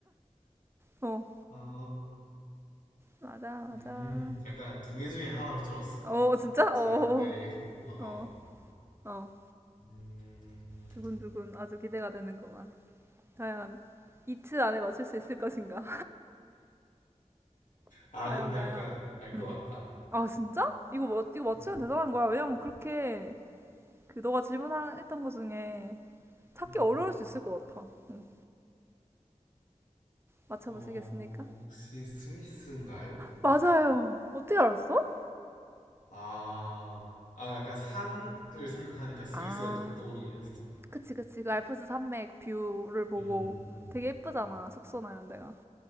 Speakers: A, on the right; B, on the left.
A: 어,
B: 아,
A: 맞아, 맞아.
B: 음, 약간 두 개 중에 하나로 줄었어.
A: 어, 진짜?
B: 지금
A: 어,
B: 내 후보가,
A: 어,
B: 어.
A: 어.
B: 음,
A: 두근두근 아주 기대가 되는구만. 과연 이틀 안에 맞출 수 있을 것인가? <laughs>
B: 아,
A: 과연,
B: 근데
A: 과연.
B: 약간 알
A: 음,
B: 것 같다.
A: 아, 진짜? 이거, 맞- 이거 맞추면
B: 음,
A: 대단한 거야. 왜냐면 그렇게 그 너가 질문했던 것 중에 찾기
B: 음,
A: 어려울 수 있을 것 같아. 응. 맞춰보시겠습니까?
B: 어, 혹시 스위스인가요?
A: 맞아요. 어떻게 알았어?
B: 아, 아, 약간 산을 생각하니까 스위스가
A: 아,
B: 좀 떠오르긴 했어.
A: 그치 그치. 그 알프스 산맥 뷰를 보고
B: 음, 음.
A: 되게 예쁘잖아. 숙소나 이런 데가.